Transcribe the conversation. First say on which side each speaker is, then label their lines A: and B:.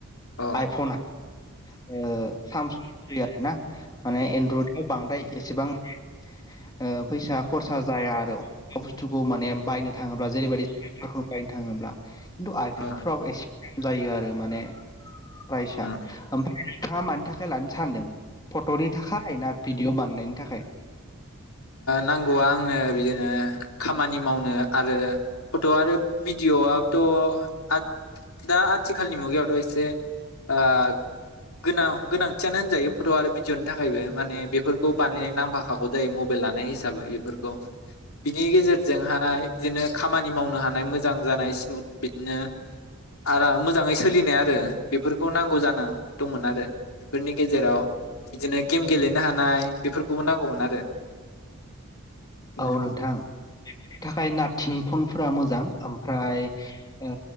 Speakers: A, on the left; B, on the left.
A: अ
B: आइफना ओ सामसंनिफ्राय आरोना माने एनड्रइड <unintelligible> बांद्राय एसेबां माने ओ फैसा खरसा जाया आरो थुखौ माने बायनो थाङोब्ला जेरैबायदि <unintelligible> थाङोब्ला <unintelligible>
A: अ
B: <unintelligible> जायो आरो माने फ्रायसा
A: उम
B: ओमफ्राय ओरै थाङा मानि थाखाय लानो सानदों फट'नि थाखाय ना भिडिअ बानायनायनि थाखाय
A: नांगौआ आंनो बिदिनो ओ खामानि मावनो आरो फट' आरो भिडिअ'आबोथ' आ दा आथिखालनि मुगायावथ' एसे ओ गोनां गोनांथियानो होनजायो फट' आरो भिडिअ'नि थाखायबो माने बेफोरखौ बानायनाय नांफाखागौ जायो मबाइ बेल लानाय हिसाबै बेफोरखौ बिनि गेजेरजोंहाय बिदिनो खामानि मावनो हानाय मोजां जानाय स्मुथ बिदिनो आरा मोजाङै सोलिनाय आरो बेफोरखौ नांगौ जाना दंमोन आरो बेफोरनि गेजेराव बिदिनो गेम गेलेनो हानाय बेफोरखौबो नांगौमोन आरो बिदिनो
B: औ नोंथां थाखाय नाथिं फनफोरा मोजां ओमफ्राय ओ